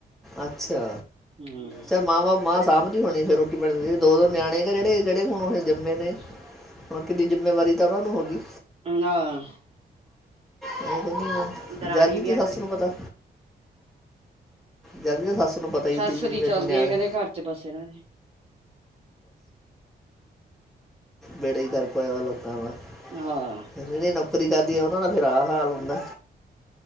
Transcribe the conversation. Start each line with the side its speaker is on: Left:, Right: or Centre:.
Centre: ਅੱਛਾ
Right: ਹਮ
Centre: ਚ ਮ ਬਾਪ ਮ ਸਾਂਭ ਦੀ ਹੋਣੀ ਫਿਰ ਰੋਟੀ ਪਾਣੀ ਦਦੀ ਦੋ ਨਿਆਣੇ ਗ ਜਿਹੜੇ ਜਿਹੜੇ ਹੁਣ ਉਹ ਜਿੰਮੇ ਨੇ ਹੁਣ ਕਿੰਨੀ ਜਿੰਮੇਵਾਰੀ ਤਾਂ ਉਹਨਾਂ ਨੂੰ ਹੋ ਗਈ
Right: ਆਹ
Centre: ਹ
Right: ਦਰਾਣੀ
Centre: ਜਦੀ
Right: ਵੀ
Centre: ਤ ਸੱਸ ਨੂੰ ਪਤਾ ਜਦ ਵੀ ਸੱਸ ਨੂੰ ਪਤਾ ਹੀ
Right: ਸੱਸ
Centre: ਸੀ ਵੀ
Right: ਦੀ
Centre: ਮੇਰੇ
Right: ਚਲਦੀ
Centre: ਨਿਆਣੇ
Right: ਹੈ ਕਹਿੰਦੇ ਘਰ ਚ ਬੱਸੇ ਇਹਨਾਂ ਦੇ
Centre: ਲੜਾਈ ਕਰਕੇ ਆਇਆ ਲੋਕੀ
Right: ਹਾਂ
Centre: <unintelligible> ਨੌਕਰੀ ਕਰਦੀ ਆ ਉਹਨਾ ਦਾ ਫੇਿਰ ਆ ਹਾਲ ਹੁੰਦਾ